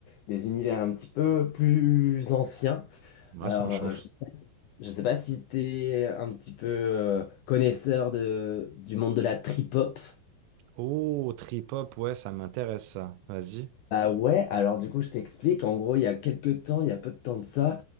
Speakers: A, on the left; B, on the right.
A: des univers un petit peu plus anciens.
B: Moi,
A: Alors,
B: ça me chauffe.
A: euh, je, je sais pas si tu es un petit peu euh, connaisseur de, du monde de la trip-hop.
B: Oh, trip-hop, ouais, ça m'intéresse ça. Vas-y.
A: Ah ouais, alors du coup je t'explique, en gros il y a quelques temps, il y a peu de temps de ça,